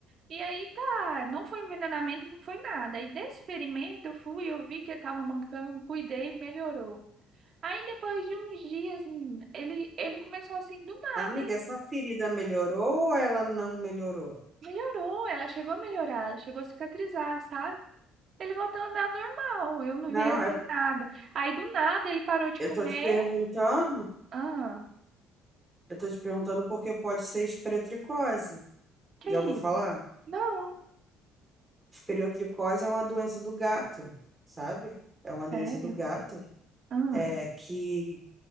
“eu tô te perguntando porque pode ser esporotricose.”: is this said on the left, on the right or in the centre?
Right